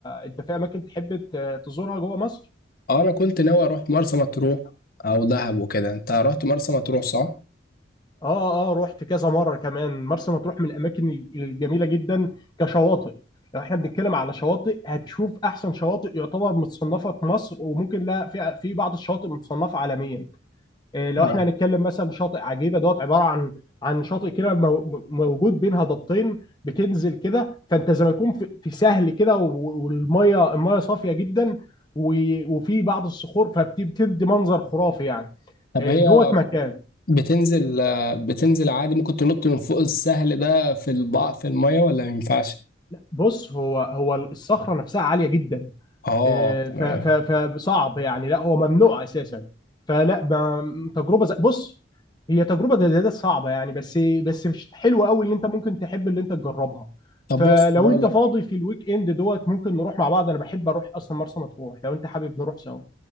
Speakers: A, on the left; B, on the left.
A: انت في اماكن تحب ت- تزورها جوه مصر
B: اه انا كنت ناوي اروح مرسى مطروح او دهب وكده انت رحت مرسى مطروح صح
A: اه اه رحت كذا مره كمان مرسى مطروح من الاماكن الجميله جدا كشواطئ لو احنا بنتكلم على شواطئ هتشوف احسن شواطئ يعتبر متصنفه في مصر وممكن لا في في بعض الشواطئ متصنفه عالميا إيه، لو
B: آه.
A: احنا هنتكلم مثلا شاطئ عجيبه دوت عباره عن عن شاطئ كده مو- موجود بين هضبتين بتنزل كده فانت زي ما يكون في في سهل كده و- والميه الميه صافيه جدا و- وفي بعض الصخور فبتدي منظر خرافي يعني
B: طب
A: إيه،
B: هي
A: دوت مكان
B: بتنزل آه، بتنزل عادي ممكن تنط من فوق السهل ده في البع في الميه ولا ما ينفعش
A: بص هو هو الصخره نفسها عاليه جدا
B: اه
A: آه،
B: تمام
A: ف- ف- فصعب يعني لا هو ممنوع اساسا فلا ما- تجربه زي بص هي تجربه زي ده صعبه يعني بس بس حلوه قوي اللي انت ممكن تحب اللي انت تجربها
B: طب
A: فلو
B: بص هقول
A: انت
B: لك
A: فاضي في الويك اند دوت ممكن نروح مع بعض انا بحب اروح اصلا مرسى مطروح لو انت حابب نروح سوا